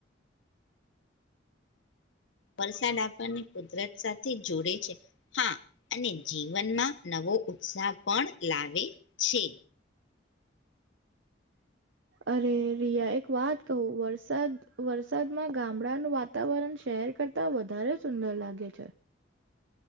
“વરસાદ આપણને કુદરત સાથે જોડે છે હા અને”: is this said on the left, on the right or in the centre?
Left